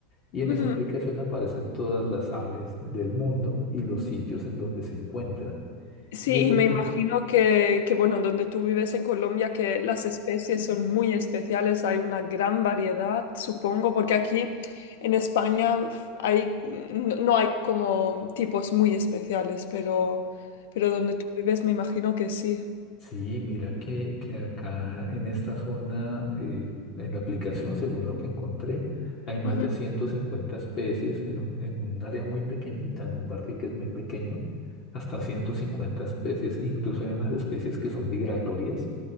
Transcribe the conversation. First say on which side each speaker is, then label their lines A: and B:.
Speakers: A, on the left; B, on the left.
A: y en
B: Ujú.
A: esa aplicación aparecen todas las aves del mundo y los sitios en donde se encuentran.
B: Sí,
A: Y resulta...
B: y me imagino que, que, bueno, donde tú vives en Colombia, que las especies son muy especiales, hay una gran variedad, supongo, porque aquí en España f- hay, no, no hay como tipos muy especiales, pero, pero donde tú vives me imagino que sí.
A: Sí, mira que, que acá en esta zona, eh, en la aplicación, según lo que encontré, hay más
B: Ujú.
A: de 150 especies en un, en un área muy pequeñita, en un parque que es muy pequeño, hasta 150 especies. Incluso hay unas especies que son migratorias,